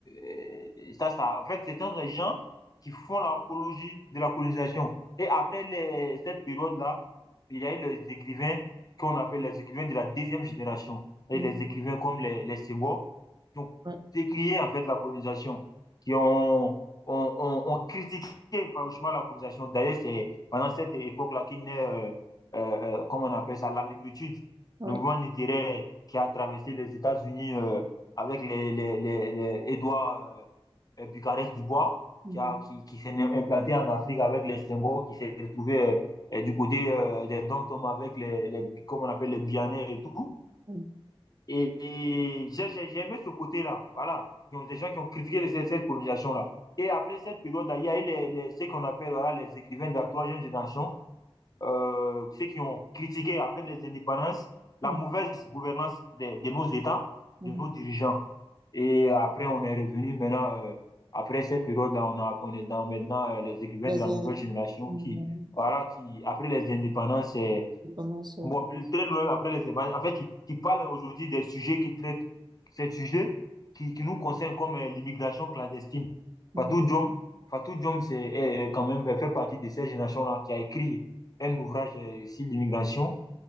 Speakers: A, on the left; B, on the right.
A: et ça, ça, en fait, c'est un des gens qui font l'apologie de la colonisation. Et après les, cette période-là, il y a eu les écrivains qu'on appelle les écrivains de la deuxième génération. Et
B: mhm,
A: les
B: mhm,
A: écrivains comme les, les Senghor, qui ont
B: ouais,
A: décrié en fait la colonisation, qui ont on, on, on critiquait farouchement la colonisation. D'ailleurs, c'est pendant cette époque-là qu'il naît, euh, euh, euh, comment on appelle ça, la négritude,
B: ouais,
A: le mouvement littéraire qui a traversé les États-Unis euh, avec les, les, les, les Edouard Bucarest Dubois,
B: mhm,
A: qui, a, qui, qui s'est implanté en Afrique avec les Senghor, qui s'est retrouvé euh, du côté euh, des Dom avec les, les, comment on appelle, les Guyanais et tout.
B: mhm,
A: Et, et j'ai ai aimé ce côté-là. Voilà. Donc, les gens qui ont critiqué cette, cette colonisation-là. Et après cette période-là, il y a eu les, les, ce qu'on appelle voilà, les écrivains de la troisième génération, euh, ceux qui ont critiqué après les indépendances la
B: mhm,
A: mauvaise gouvernance de, de, nos États,
B: mhm,
A: de nos dirigeants. Et après, on est revenu maintenant, euh, après cette période-là, on, a, on est dans maintenant euh, les écrivains
B: Les
A: de la
B: in-
A: nouvelle génération
B: Mhm.
A: qui, voilà, qui après les indépendances, euh,
B: indépendances. euh,
A: Bon, puis très loin après les évangiles. En fait, qui, qui parle aujourd'hui des sujets qui traitent ces sujets qui, qui nous concernent comme euh, l'immigration clandestine.
B: mhm.
A: Fatou Diom, Fatou Diom, c'est est quand même fait partie de cette génération-là qui a écrit un ouvrage euh, sur l'immigration